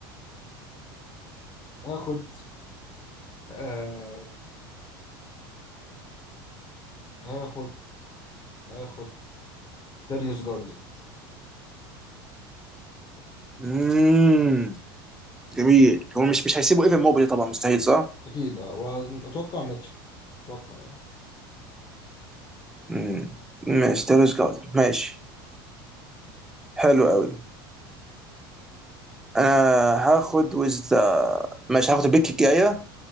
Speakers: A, on the left (about 35°); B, in the centre.
A: هاخد آه هاخد هاخد داريوس جارلاند
B: مم، جميل هو مش مش هيسيبوا ايفن موبلي طبعا مستحيل صح؟
A: اكيد اه واتوقع ميتشل اتوقع يعني.
B: مم. ماشي تيرس جاردن ماشي حلو قوي انا هاخد وذ ماشي هاخد البيك الجايه